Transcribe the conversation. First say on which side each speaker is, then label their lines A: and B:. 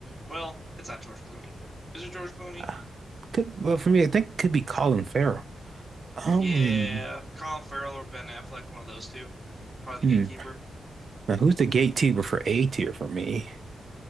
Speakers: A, on the right; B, on the right.
A: well, it's not George Clooney. Is it George Clooney?
B: uh, could, well, for me, I think it could be Colin Farrell. Um,
A: Yeah, Colin Farrell or Ben Affleck, one of those two. Probably
B: hmm.
A: the gatekeeper.
B: Now, who's the gatekeeper for A tier for me?